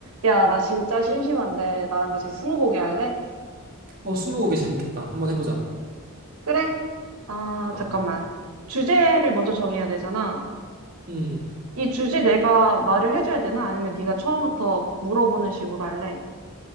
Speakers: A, on the right; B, on the right.
A: 야, 나 진짜 심심한데 나랑 같이 스무고개 할래?
B: 어, 스무고개 재밌겠다. 한번 해보자.
A: 그래? 아,
B: 어,
A: 잠깐만. 주제를 먼저 정해야 되잖아.
B: 음,
A: 이 주제 내가 말을 해줘야 되나? 아니면 네가 처음부터 물어보는 식으로 할래?